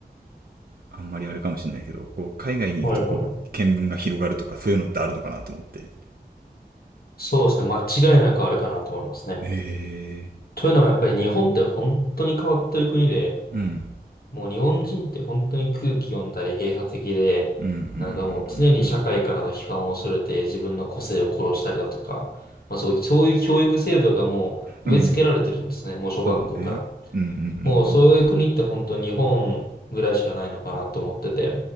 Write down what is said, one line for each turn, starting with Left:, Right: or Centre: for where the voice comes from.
Right: あんまりあれかもしれないけど、こう海外に行くとこう見聞が広がるとかそういうのってあるのかなと思って。
Left: はいはい。そうですね。間違いなくあるかなと思いますね。
Right: へえ。
Left: というのはやっぱり日本って本当に変わってる国で、
Right: うん。
Left: もう日本人って本当に空気読んだり閉鎖的で、
Right: うんうんうんう
Left: なんかもう常に社会からの批判を恐れて自分の個性を殺したりだとか、まあそう、そういう教育制度がもう植え付けられてるんですね、
Right: んうん。うん
Left: もう小学校から。
Right: そうね。うんうん
Left: もうそういう国って本当に日本ぐらいしかないのかなと思ってて。